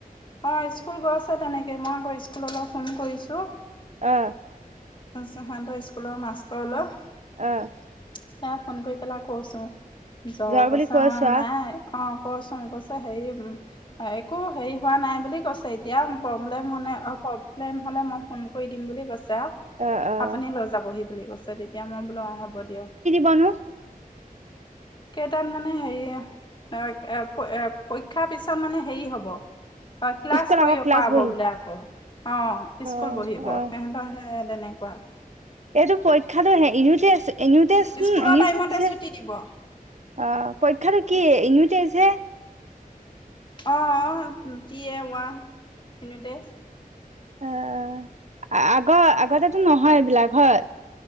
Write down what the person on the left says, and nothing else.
অ, স্কুল গৈছে তেনেকে, মই আকৌ স্কুলৈ ফোন কৰিছো।
তাৰপিচত সিহঁতৰ স্কুলৰ মাষ্টৰলৈ।
সেইয়া ফোন কৰি পেলাই কৈছোঁ, জ্বৰ
বচা
নাই
অ, কচোন কৈছোঁ। হেৰি একো, হেৰি হোৱা নাই বুলি কৈছে এতিয়া। প্ৰব্লেম হ'লে, অ, প্ৰব্লেম হ'লে 'মই ফোন কৰি দিম' বুলি কৈছে আৰু।
'আপুনি লৈ যাবহি' বুলি কৈছে, তেতিয়া মই বোলো অ, হ'ব দিয়ক।
কেইটাত মানে হেৰি, এ পৰীক্ষাৰ পিছত মানে হেৰি হ'ব। অ, ক্লাছ
কৰি
অ,
কৰাব
বোলে আকৌ। অ,
স্কুল বহিব।
সিহঁতৰে এ তেনেকুৱা।
স্কুলৰ
টাইমতে
ছুটি দিব
অঁ পি এ ৱাহ, ইউনিটেষ্ট।